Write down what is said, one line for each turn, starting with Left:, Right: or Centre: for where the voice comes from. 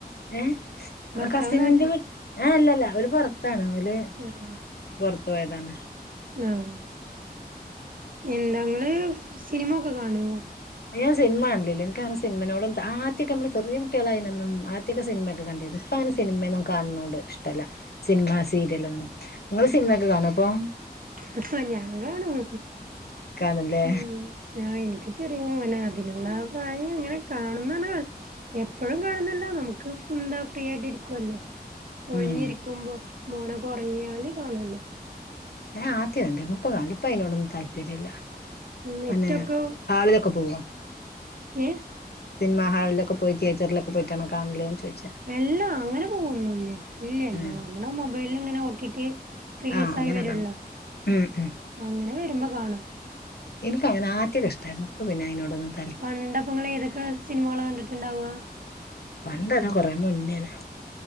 Left: ഏഹ്
Right: ഭർത്താവ്
Left: ആഹ് കസിന്റെ
Right: നാട്ടിൽ
Left: വി ആഹ് അല്ലല്ല ഓര് പുറത്താണ് ഓല്
Right: ആഹ്
Left: പുറത്ത് പോയതാണ്
Right: ആഹ് എന്താ അങ്ങള് സിനിമ ഒക്കെ കാണുവോ
Left: ഞാൻ സിനിമാണ്ടില്ല എനിക്കാണേ സിനിമേനോടൊന്നും ആദ്യക്കെ നമ്മള് ചെറിയ കുട്ടികളായിനൊന്നും ആദ്യൊക്കെ സിനിമയൊക്കെ കണ്ടിരു പ്പൊ അങ്ങനെ സിനിമയൊന്നും കാണോണ്ട് ഇഷ്ടല്ല സിനിമ സീരിയലൊന്നും ഇങ്ങള് സിനിമയൊക്കെ കാണുവോപ്പം
Right: ആഹഹാ ഞൻ കാണും
Left: കാണല്ലേ
Right: ഉം ആഹ് എനിക്ക് ചെറിയ മോനാ അതിനൊന്ന പ്രായം ഇങ്ങനെ കാണുന്ന <unintelligible> എപ്പോഴും കാണുന്നല്ല നമുക്ക് ഫുന്താ ഫ്രീ ആയിട്ട് ഇരിക്കുവല്ലോ ഒഴിഞ്ഞിരിക്കുമ്പോ
Left: ഉം
Right: മോനൊക്കെ ഉറങ്ങിയാലേ കാണുള്ളൂ
Left: ഞാ ആത്തെ കണ്ടിരുന്നു ഇപ്പ കണ്ടിപ്പ അതിനോടൊന്നും താല്പര്യല്ല
Right: നെറ്റൊക്കെ
Left: പിന്നെ ഹാളിലൊക്കെ പോവോ
Right: ഏഹ്
Left: സിനിമാ ഹാളിലൊക്കെ പോയി തിയേറ്ററിലക്കെ പോയിട്ടാണ് കാണലേന്ന് ചോയിച്ചത്
Right: എല്ലാ അങ്ങനെ പോവോന്നുല്ല ഇല്ല ഇല്ല
Left: ഉം
Right: നമ്മുടെ മൊബൈല് ഇങ്ങനെ നോക്കിട്ട് റിലീസ്
Left: ആഹ് അങ്ങനെ
Right: ആയി വരുവല്ലോ
Left: കാണ ഉം ഉം
Right: അങ്ങനെ വരുമ്പോ കാണും
Left: എനക്ക് അങ്ങനെ ആദ്യക്കൊ ഇഷ്ടായിരുന്നു ഇപ്പ പിന്നെ അയ്നോടൊന്നും
Right: പണ്ടപ്പ ഇങ്ങള് ഏതൊക്കെ സിനിമകളാ കണ്ടിട്ടുണ്ടാവ്വാ
Left: പണ്ടല്ല കുറെ മുന്നേണ്